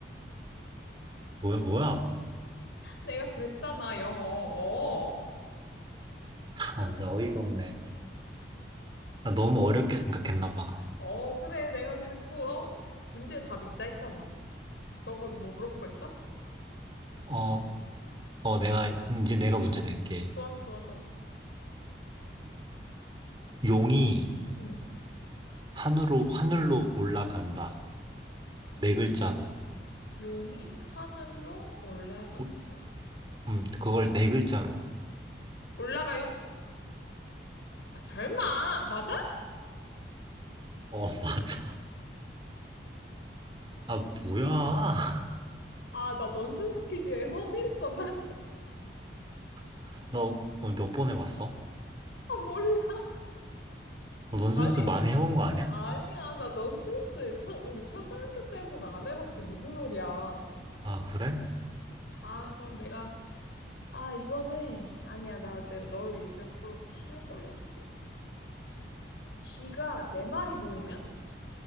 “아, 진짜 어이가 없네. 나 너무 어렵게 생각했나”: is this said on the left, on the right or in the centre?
Right